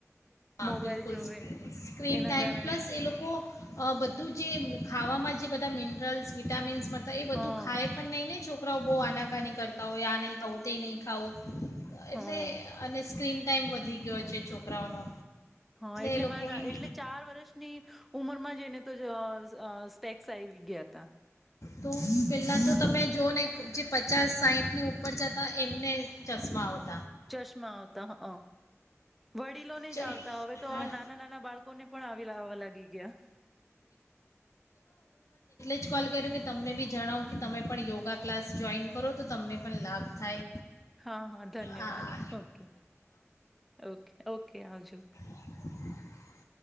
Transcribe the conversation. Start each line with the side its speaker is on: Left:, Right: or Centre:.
Left: હા
Centre: મોબાઈલ
Left: બિલકુલ
Centre: જોવે
Left: સ્ક્રીન
Centre: એના
Left: ટાઈમ
Centre: કારણે
Left: પ્લસ એ લોકો અ, બધું જે ખાવામાં જે બધા મિનરલ્સ, વિટામીન્સ મળ તા એ બધું
Centre: હા
Left: ખાય પણ નહી ને જો છો કરાઓ બહુ આનાકાની કરતા હોય આ નહીં ખાવું તે નહીં ખાવું.
Centre: હા.
Left: એટલે અને સ્ક્રીન ટાઈમ વધી ગયો છે છોકરાઓનો.
Centre: હા એટલે
Left: એ લોકોનું
Centre: માના એટલે ચાર વર્ષની ઉમરમાં જ એને તો જ અહ અહ સ્પેક્સ આવી ગયા તા.
Left: તો પહેલાં તો તમે જોઓ ને જે પચાસ સાહીઠની ઉપર જતા એમને ચશ્મા આવ
Centre: ચશ્મા આવતા હઅ વડીલોને
Left: ચલો
Centre: જ આવતા હવે તો
Left: હા
Centre: હવે નાના નાના બાળકોને પણ આવી આવવા લાગી ગયા.
Left: <unintelligible> ધારો કે તમને બી જણાવ કે તમે પણ યોગા ક્લાસ જોઈન કરો તો તમને પણ લાભ થાય.
Centre: હા હા ધન્યવાદ
Left: હા
Centre: ઓકે ઓકે ઓકે આવજો.
Left: <inaudible>